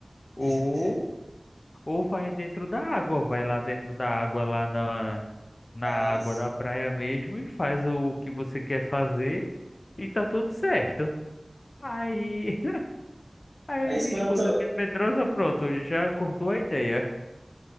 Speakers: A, on the right; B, on the left.
A: <laughs>
B: ou ou vai dentro da água, vai lá dentro da água lá na na
A: Ah,
B: água
A: sim.
B: da praia mesmo e faz o que você quer fazer e tá tudo certo. Aí, <laughs> aí
A: Aí espantou,
B: minha esposa é meio medrosa, pronto, já cortou a ideia. <laughs>